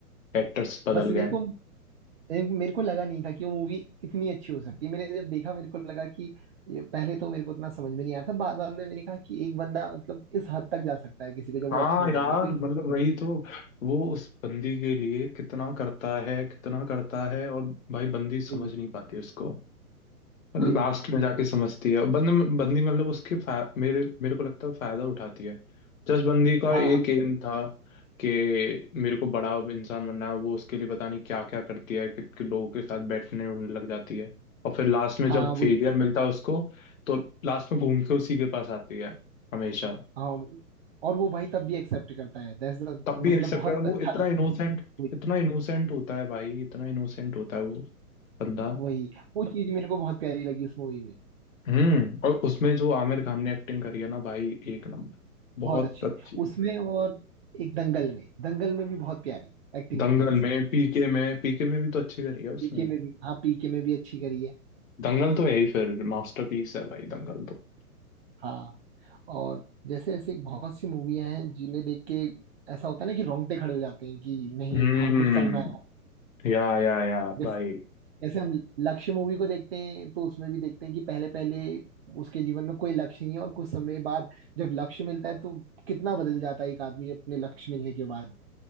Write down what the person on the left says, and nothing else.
एक्टर्स बदल
गए हैं।
हाँ
यार
मतलब
वही
तो वो उस बंदी के लिए कितना करता है कितना करता है और भाई बंदी समझ
नहीं पाती उसको लास्ट
में जाके समझती है बंद बंदी मतलब उसके फा, मेरे मेरे को लगता है फायदा उठाती है जस्ट बंदी का
एक
एम था कि मेरे को बड़ा इंसान बनना है वो उसके लिए पता नहीं क्या क्या करती है कि, कि लोगों के साथ बैठने उठने लग जाती है और फिर लास्ट में
जब फेलियर
मिलता है उसको तो लास्ट में घूम के उसी के पास आती है हमेशा
तब भी
एक्सेप्ट
कर वो
इतना
इनोसेंट
इतना इनोसेंट होता है भाई इतना इनोसेंट होता है वो बंदा
हम्म और उसमें जो आमिर खान ने एक्टिंग करी है ना भाई एक नंबर बहुत
अच्छी
दंगल
में पीके में पीके में भी तो अच्छी करी है उसने
दंगल तो है ही फिर मास्टरपीस है भाई दंगल तो
हम्म
या या या
भाई